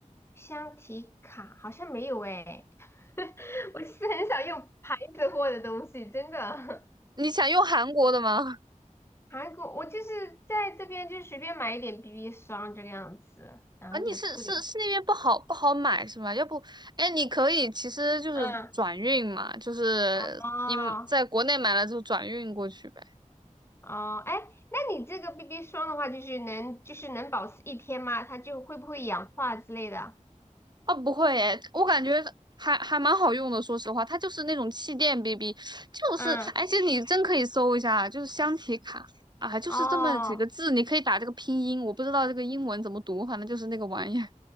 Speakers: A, on the left; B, on the right.
A: 香缇卡？好像没有哎，<laughs> 我是很少用牌子货的东西，真的。
B: 你想用韩国的吗？
A: 韩国，我就是在这边就随便买一点 BB 霜这个样子，然后就涂点。
B: 啊，你是是是那边不好不好买是吗？要不，哎，你可以其实就是转运嘛，
A: 嗯，
B: 就是你在国内买了就转运过去呗。
A: 哦哦，哎，那你这个 BB 霜的话，就是能就是能保持一天吗？它就会不会氧化之类的？
B: 啊，不会诶，我感觉还还蛮好用的。说实话，它就是那种气垫 BB，就是而且你真可以搜一下，
A: 嗯，
B: 就是香缇卡啊，就是这么几个字，
A: 哦，
B: 你可以打这个拼音，我不知道这个英文怎么读，反正就是那个玩意儿，